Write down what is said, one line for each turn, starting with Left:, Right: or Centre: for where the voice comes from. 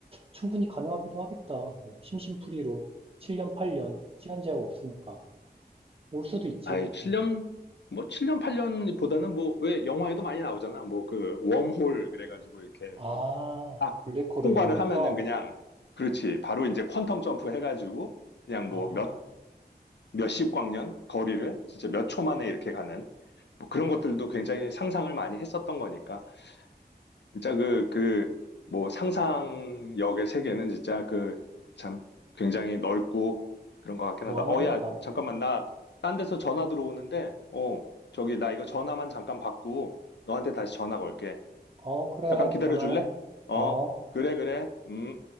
Right: 충분히 가능하기도 하겠다. 뭐 심심풀이로 7년, 8년 시간 제약 없으니까 올 수도 있지.
Left: 아이, 7년,
Right: 음.
Left: 뭐, 칠년 8년보다는 뭐, 왜 영화에도 많이 나오잖아. 뭐, 그, 웜홀, 그래가지고, 이렇게,
Right: 아,
Left: 응? 딱
Right: 블랙홀을
Left: 통과를
Right: 이용해서?
Left: 하면은 그냥, 그렇지. 바로 이제 퀀텀 점프 해가지고, 그냥 뭐,
Right: 아,
Left: 몇, 몇십 광년 거리를 진짜 몇 초 만에 이렇게 가는, 뭐, 그런
Right: 어.
Left: 것들도 굉장히 상상을 많이 했었던 거니까. 진짜 그, 그, 뭐 상상력의 세계는 진짜 그 참 굉장히 넓고 그런 것 같긴
Right: 무한하니까.
Left: 하다. 어, 야, 잠깐만. 나 딴 데서 전화 들어오는데, 어, 저기 나 이거 전화만 잠깐 받고 너한테 다시 전화 걸게.
Right: 어, 그래.
Left: 잠깐 기다려
Right: 전화해.
Left: 줄래? 어,
Right: 어.
Left: 그래, 그래. 음.